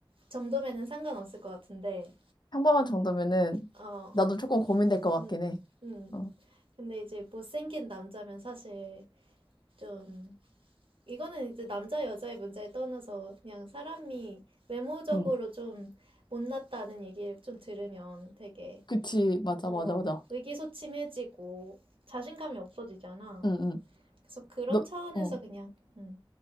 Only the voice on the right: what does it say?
정도면은 상관없을 것 같은데,
어,
음,
음.
근데 이제 못생긴 남자면 사실 좀, 이거는 이제 남자 여자의 문제에 떠나서 그냥 사람이 외모적으로
좀 못났다는 얘기를 좀 들으면 되게,
어,
의기소침해지고 자신감이 없어지잖아.
그래서 그런
차원에서
그냥, 음,